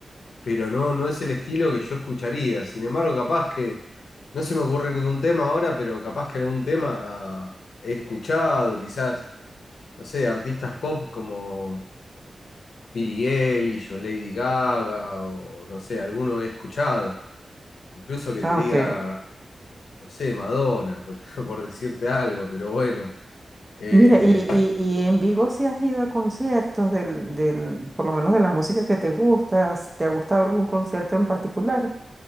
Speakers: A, on the left; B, on the right.
A: pero no, no es el estilo que yo escucharía. Sin embargo, capaz que no se me ocurre ningún tema ahora, pero capaz que algún tema ah, he escuchado, quizás, no sé, artistas pop como. Billie Eilish o Lady Gaga o no sé, alguno he escuchado. Incluso que
B: Ah,
A: te diga,
B: ok.
A: no sé, Madonna, por, <laughs> por decirte algo, pero bueno. Eh,
B: Mira, y, y, y en vivo si has ido a conciertos del, del, por lo menos de la música que te gusta, ¿te ha gustado algún concierto en particular?